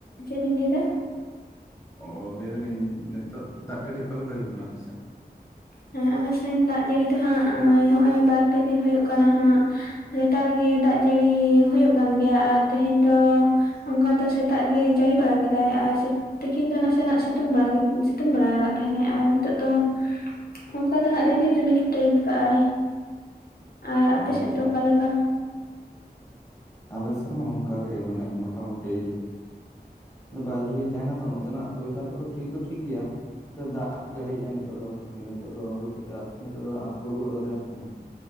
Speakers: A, on the left (about 65°); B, on the left (about 15°).
A: ᱪᱮᱫ ᱵᱤᱱ ᱞᱟᱹᱭᱮᱫᱟ
B: ᱚ ᱞᱟᱹᱭ ᱫᱟᱞᱤᱧ ᱱᱤᱛᱳ ᱫᱟᱜ ᱡᱟᱹᱲᱤ ᱚᱠᱟᱞᱮᱠᱟ ᱦᱩᱭᱩᱜ ᱠᱟᱱᱟ ᱟᱯᱮᱥᱮᱫ
A: ᱦᱮᱸ ᱟᱞᱮ ᱥᱮᱱ ᱫᱟᱜ ᱡᱟᱹᱲᱤ ᱫᱚ ᱦᱟᱸᱜ ᱱᱚᱜᱼᱚᱭ ᱵᱟᱨ ᱯᱮ ᱫᱤᱱ ᱦᱩᱭᱩᱜ ᱠᱟᱱᱟ ᱦᱟᱸᱜ ᱱᱮᱛᱟᱨ ᱜᱮ ᱫᱟᱜ ᱡᱟᱹᱲᱤ ᱦᱩᱭᱩᱜ ᱠᱟᱱ ᱜᱮᱭᱟ ᱟᱨ ᱛᱮᱦᱮᱧ ᱫᱚ ᱚᱱᱠᱟ ᱫᱚ ᱥᱮᱛᱟᱜ ᱜᱮ ᱡᱟᱹᱲᱤ ᱵᱟᱲᱟ ᱠᱮᱫᱟᱭ ᱟᱨ ᱛᱤᱠᱤᱱ ᱫᱚ ᱱᱟᱥᱮᱱᱟᱜ ᱥᱤᱛᱩᱝ ᱥᱤᱛᱩᱝ ᱵᱟᱲᱟ ᱟᱠᱟᱫ ᱛᱟᱦᱮᱱᱟᱭ ᱟᱨ ᱱᱤᱛᱚᱜ ᱫᱚ ᱚᱱᱠᱟ ᱫᱚ ᱦᱟᱸᱜ ᱨᱤᱢᱤᱞ ᱨᱤᱢᱤᱞ ᱴᱟᱭᱤᱯ ᱠᱟᱜᱼ ᱟᱭ ᱟᱨ
B: ᱟᱪᱪᱷᱟ
A: ᱟᱯᱮ ᱥᱮᱫ ᱫᱚ ᱚᱠᱟᱞᱮ
B: ᱟᱪᱪᱷᱟ
A: ᱞᱮᱠᱟ
B: ᱟᱞᱮ ᱥᱮᱫ ᱦᱚᱸ ᱚᱱᱠᱟ ᱜᱮ ᱢᱟᱱᱮ ᱢᱚᱴᱟᱢᱩᱴᱤ ᱵᱟᱭᱨᱮ ᱨᱮ ᱞᱤᱧ ᱛᱟᱦᱮᱱᱟ ᱛᱚ ᱱᱚᱛᱮᱱᱟᱜ ᱚᱭᱟᱨ ᱠᱚᱫᱚ ᱴᱷᱤᱠ ᱫᱚ ᱴᱷᱤᱠ ᱜᱮᱭᱟ ᱫᱟᱜ ᱡᱟᱹᱲᱤᱼᱟ ᱱ ᱱᱤᱛ ᱫᱚ ᱟᱨᱠᱤ ᱱᱤᱛᱚᱜ ᱫᱚ ᱦᱚᱭ ᱱᱤᱛᱚᱜ ᱫᱚ ᱦᱟᱸᱥᱩᱲ ᱜᱚᱫ ᱠᱟᱫᱟᱭ ᱟᱨᱠᱤ